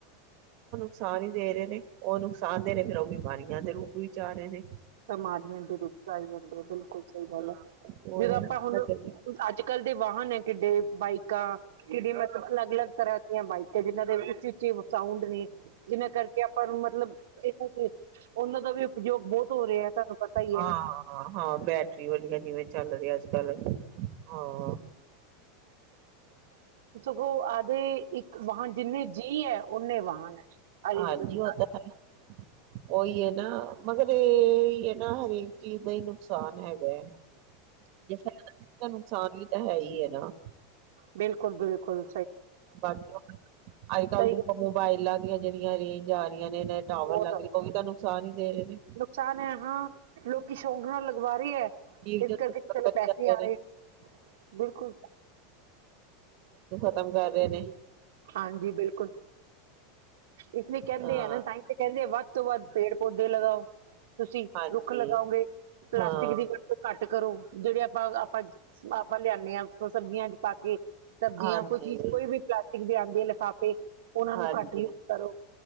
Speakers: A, on the right (about 45°); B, on the right (about 85°).
A: ਸਾਰੇ ਦੇ ਰਹੇ ਨੇ। ਉਹ ਨੁਕਸਾਨ ਦੇ ਨੇ ਫਿਰ ਉਹ ਵੀ ਬਿਮਾਰੀਆਂ ਦੇ ਰੂਪ ਵਿੱਚ ਆ ਰਹੇ ਨੇ।
B: ਬਿਮਾਰੀਆਂ ਦੇ ਰੂਪ ਚ ਆਈ ਜਾਂਦੇ ਆ ਬਿਲਕੁਲ ਸਹੀ ਗੱਲ
A: ਹਾਂ
B: ਹੈ।
A: ਉਹ
B: ਜਦੋਂ
A: ਹੈ
B: ਆਪਾਂ
A: ਨਾ
B: ਹੁਣ
A: ਹਾਂਜੀ
B: ਅੱਜ ਕੱਲ ਦੇ ਵਾਹਨ ਹੈ ਕਿੱਡੇ ਬਾਈਕਾਂ ਕਿੜ ਮਤਲਬ ਅਲੱਗ ਅਲੱਗ ਤਰ੍ਹਾਂ ਦੀਆਂ ਬਾਈਕਾਂ ਤੇ ਜਿਹਨਾਂ ਦੇ ਵਿੱਚ ਓ ਸਾਊਂਡ ਨੇ ਜਿਹਨਾਂ ਕਰਕੇ ਆਪਾਂ ਨੂੰ ਮਤਲਬ ਇਹਨਾਂ ਦੇ ਉਹਨਾਂ ਦਾ ਵੀ ਉਪਯੋਗ ਬਹੁਤ ਹੋ ਰਿਹਾ ਤੁਹਾਨੂੰ ਪਤਾ ਹੀ
A: ਹਾਂ
B: ਹੈ।
A: ਹਾਂ ਬੈਟਰੀ ਵਾਲੀਆ ਜਿਵੇਂ ਚੱਲ ਰਹੀ ਅੱਜ ਕੱਲ ਹਾਂ।
B: ਉਹ ਆਦੇ ਇੱਕ ਵਾਹਨ ਜਿੰਨੇ ਜੀਅ ਹੈ ਓਨੇ ਵਾਹਨ ਹੈ। ਹਰੀ
A: ਹਾਂਜੀ
B: ਸਹੀ
A: ਉਹ ਤਾਂ ਹੈ ਉਹੀ ਹੈ। ਨਾ ਮਗਰ ਇਹ ਹੈ ਨਾ ਹਰੇਕ ਚੀਜ਼ ਦਾ ਹੀ ਨੁਕਸਾਨ ਹੈਗਾ ਹੈ। ਜੇ ਫਾਇਦਾ ਹੈ ਨੁਕਸਾਨ ਵੀ ਤਾਂ ਹੈ ਹੈ ਹੀ ਹੈ ਨਾ।
B: ਬਿਲਕੁਲ ਬਿਲਕੁਲ
A: ਬਾਕੀ ਅੱਜ ਕੱਲ੍ਹ
B: ਸਹੀ
A: ਦੇ ਮੋਬਾਇਲ ਆ ਦੀਆਂ ਜਿਹੜੀਆਂ ਰੇਂਜ ਆ ਰਹੀਆ ਨੇ ਇਹ ਟਾਵਰ
B: ਬਹੁਤ
A: ਲੱਗ ਉਹ ਵੀ ਤਾਂ ਨੁਕਸਾਨ ਹੀ ਦੇ ਰਹੇ ਨੇ।
B: ਨੁਕਸਾਨ ਹੈ ਹਾਂ ਲੋਕੀ ਸ਼ੌਕ ਨਾਲ ਲਗਵਾ ਰਹੇ ਹੈ
A: ਜੀਵ
B: ਇਸ
A: ਜੰਤੂ
B: ਕਰਕੇ
A: ਖਤਮ
B: ਚਲੋ ਪੈਸੇ
A: ਕਰ
B: ਆ
A: ਨੇ
B: ਰਹੇ ਹੈ। ਬਿਲਕੁਲ
A: ਖ਼ਤਮ ਕਰ ਰਹੇ ਨੇ।
B: ਹਾਂਜੀ ਬਿਲਕੁਲ। ਇਸ ਲਈ ਕਹਿੰਦੇ
A: ਹਾਂ
B: ਆ ਨਾ, ਤਾਂਹੀ ਤੇ ਕਹਿੰਦੇ ਆ ਵਧ ਉ ਤੋਂ ਬਾਦ ਪੇੜ ਪੋਦੇ ਲਗਾਓ। ਤੁਸੀਂ
A: ਹਾਂਜੀ
B: ਰੁੱਖ ਲਗਾਓਗੇ ਪਲਾਸਟਿਕ
A: ਹਾਂ
B: ਦੀ ਵਰਤੋਂ ਘੱਟ ਕਰੋ ਜਿਹੜੇ ਆਪਾਂ ਬ ਆਪਾ ਲਿਆਦੇ ਹਾਂ। ਸਬਜ਼ੀਆਂ ਚ ਪਾ ਕੇ। ਸਬਜ਼ੀਆਂ
A: ਹਾਂਜੀ
B: ਕੋਈ ਚੀਜ਼ ਕੋਈ ਵੀ ਪਲਾ ਆਉਂਦੇ ਲਿਫਾਫੇ ਉਹਨਾਂ ਨੂੰ
A: ਹਾਂਜੀ
B: ਘੱਟ ਯੂਜ
A: ਹਾਂਜੀ
B: ਕਰੋ,